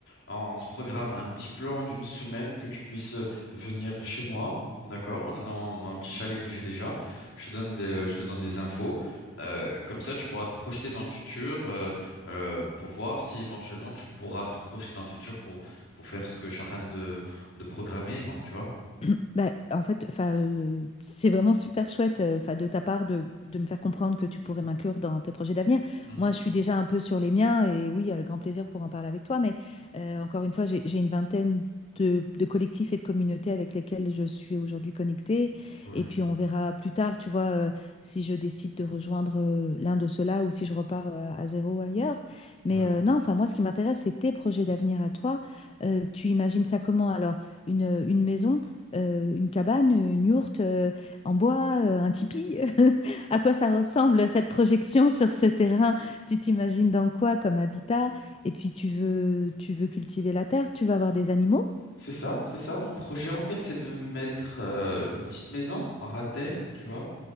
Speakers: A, on the left; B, on the left.
A: on, on se programme un petit plan d'une semaine que tu puisses euh, venir chez moi, d'accord, dans, dans le petit chalet que j'ai déjà. Je te donne des, je te donne des infos. Euh, comme ça, tu pourras te projeter dans le futur euh, euh, pour voir si éventuellement tu pourras te projeter dans le futur pour, pour faire ce que je suis en train de, de programmer, moi, tu vois.
B: <clears throat> Bah, en fait, enfin, euh, c'est vraiment super chouette, euh, enfin, de ta part de, de me faire comprendre que tu pourrais m'inclure dans tes projets d'avenir.
A: Mhm.
B: Moi, je suis déjà un peu sur les miens et oui, avec grand plaisir pour en parler avec toi. Mais euh, encore une fois, j'ai, j'ai une vingtaine de, de collectifs et de communautés avec lesquels je suis aujourd'hui connectée.
A: Cool.
B: Et puis, on verra plus tard, tu vois, euh, si je décide de rejoindre euh, l'un de ceux-là ou si je repars euh, à zéro ailleurs. Mais
A: Ouais.
B: euh, non, enfin, moi, ce qui m'intéresse, c'est tes projets d'avenir à toi. Euh, tu imagines ça comment? Alors, une, une maison? euh, une cabane, une yourte euh, en bois, euh, un tipi. <laughs> À quoi ça ressemble cette projection sur ce terrain? Tu t'imagines dans quoi comme habitat? Et puis tu veux, tu veux cultiver la terre, tu vas avoir des animaux?
A: C'est ça, c'est ça. Mon projet, en fait, c'est de mettre euh, une petite maison en rater, tu vois.